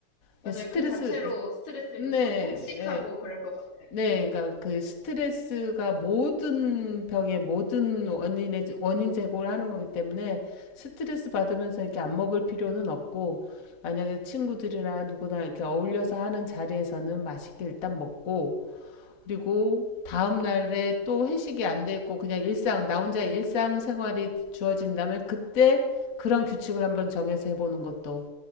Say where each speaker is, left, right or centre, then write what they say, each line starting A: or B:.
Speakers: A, on the left (about 80°); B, on the left (about 45°).
A: 맞아요.
B: 그러니까 스트레스
A: 그 자체로 스트레스를
B: 네,
A: 줘서 막 폭식하고
B: 예.
A: 그럴 것 같아요.
B: 네, 그러니까 그 스트레스가 모든 병의 모든 원인의 원인 제공을 하는 거기 때문에 스트레스 받으면서 이렇게 안 먹을 필요는 없고 만약에 친구들이나 누구나 이렇게 어울려서 하는 자리에서는 맛있게 일단 먹고 그리고 다음 날에 또 회식이 안 돼 있고 그냥 일상 나 혼자 일상 생활이 주어진다면 그때 그런 규칙을 한번 정해서 해보는 것도